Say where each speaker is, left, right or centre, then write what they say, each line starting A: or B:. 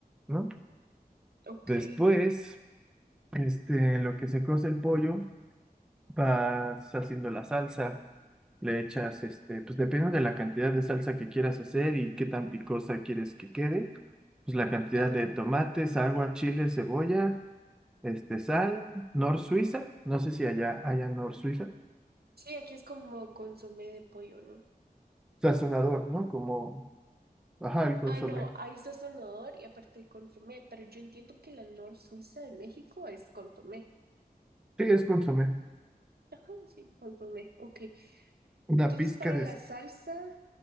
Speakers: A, in the centre; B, on the right.
A: ¿no?
B: ok.
A: Después, este, lo que se cose el pollo, vas haciendo la salsa. Le echas, este, pues depende de la cantidad de salsa que quieras hacer y qué tan picosa quieres que quede pues la cantidad
B: La-
A: de tomates, agua, chile, cebolla, este, sal, nor Suiza, no sé si allá haya nor Suiza,
B: sí, aquí es como consomé de pollo, ¿no?
A: sazonador, ¿no? Como, ajá, el consomé.
B: Ah, no, ahí está sonador y aparte hay consomé, pero yo entiendo que la nor Suiza de México es consomé.
A: Sí, es consomé.
B: Ajá, sí, consomé, ok.
A: Una
B: Entonces,
A: pizca
B: para
A: de...
B: la
A: s-
B: salsa,